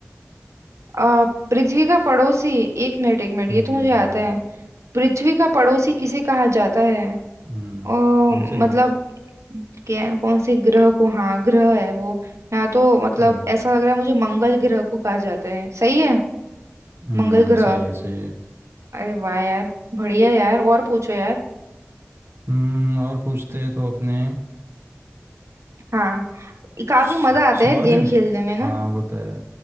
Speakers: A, on the right; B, on the right.
A: अ, पृथ्वी का पड़ोसी एक मिनट एक मिनट
B: हम्म
A: ये तो मुझे आता है पृथ्वी का पड़ोसी किसे कहा जाता है
B: हम्म
A: अ,
B: कौन से ग्रह
A: मतलब
B: को
A: क्या कौन से ग्रह को हाँ ग्रह है वो यहाँ तो मतलब
B: हम्म।
A: ऐसा लग रहा है मुझे मंगल ग्रह को कहा जाता है सही है
B: हम्म
A: मंगल ग्रह
B: सही है सही है
A: अरे वाह यार बढ़िया यार और पूछो यार
B: हम्म और पूछते हैं तो अपने
A: हाँ काफी
B: स-
A: मजा आता
B: सौर
A: है यार गेम खेलने में ना
B: हाँ वो तो है